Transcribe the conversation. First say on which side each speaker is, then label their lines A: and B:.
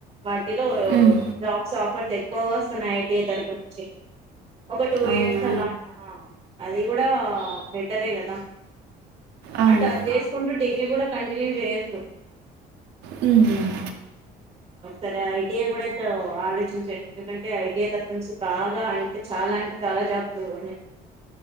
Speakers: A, on the right (about 40°); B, on the right (about 80°).
A: వాటిలో
B: హ్మ్.
A: జాబ్స్ ఆఫర్స్ ఎక్ కువగ వస్తున్నాయి ఐటీఐ తరపు నుంచి ఒక టూ
B: అవునా?
A: ఇయర్స్ అలా ఉంటా ద్ అది కూడా బెటరే కదా
B: అవును.
A: అటు అది చేసుకుంటూ డిగ్రీ కూడా కంటిన్యూ జేయొ
B: మ్మ్ హ్మ్
A: ఒకసర ఐటియ కూడా <unintelligible> చూరండి ఎందుకంటే ఐ టి ఏ తరపు నుంచి బాగా అంటే చాలా అంటే చాలా జాబ్స్ ఉన్నయ్.